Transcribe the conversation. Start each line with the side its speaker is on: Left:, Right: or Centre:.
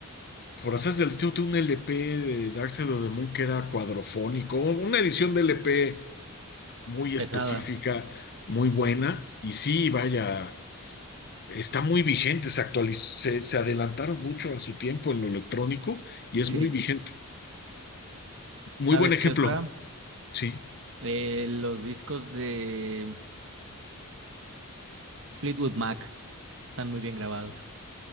Left: por hacer del estilo, tengo un LP de Dark Side of the Moon que era cuadrofónico, una edición de LP muy
Right: Pesada,
Left: específica, muy buena, y sí, vaya. Está muy vigente, se actualiz- se, se adelantaron mucho a su tiempo en lo electrónico y
Right: sí.
Left: es muy vigente. Muy
Right: ¿Sabes
Left: buen ejemplo,
Right: qué otra?
Left: sí.
Right: Eh, los discos de Fleetwood Mac están muy bien grabados.